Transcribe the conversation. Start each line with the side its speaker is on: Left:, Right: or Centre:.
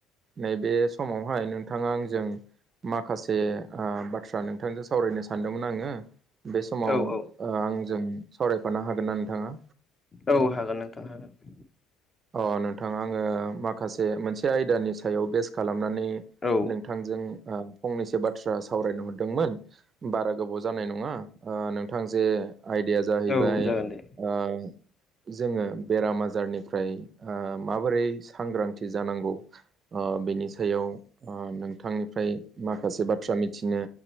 Right: नैबे समावहाय नोंथाङा आंजों माखासे ओ बाथ्रा नोंथांजों सावरायनो सानदोंमोन आङो बे समाव
Left: औ औ
Right: ओ आंजों सावरायफानो हागोन्ना नोंथाङा
Left: औ हागोन नोंथां हागोन
Right: अ नोंथां आङो माखासे मोनसे आयदानि सायाव बेस खालामनानै
Left: औ
Right: नों थांजों ओ फंनैसो बाथ्रा सावरायनो हरदोंमोन बारा गोबाव जानाय नङा ओ नोंथां जे आइदाया जाहैबाय
Left: औ जागोन दे
Right: ओ जोङो बेराम आजारनि फ्राय ओ माबोरै सांग्रांथि जानांगौ ओ बेनि सायाव ओ नोंथांनिफ्राय माखासे बाथ्रा मिथिनो